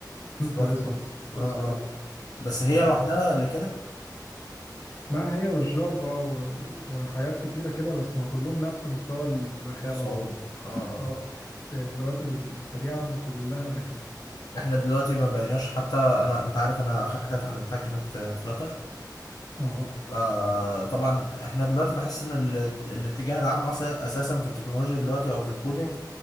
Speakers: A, on the left (about 35°); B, on the left (about 65°).
A: <laughs>
B: سرعة
A: البايثون
B: البحث
A: في نفس
B: اه
A: السرعة
B: اه بس هي
A: ف-
B: لوحدها اللي كده
A: لا هي والجافا و- وحاجات كتيرة كده بس ما كلهم نفس مستوى الرخامة
B: صعوبة
A: برضو
B: اه
A: اه
B: اه
A: يعني اللغات الس- السريعة من كلها رخمة
B: آه. احنا دلوقتي ما بقيناش حتى انا انت عارف انا اخر حاجة اتعلمتها كانت فلاتر
A: اهو
B: آه طبعا احنا دلوقتي بحس ان ال- الاتجاه العام أص- اساسا في التكنولوجيا دلوقتي او في الكودينج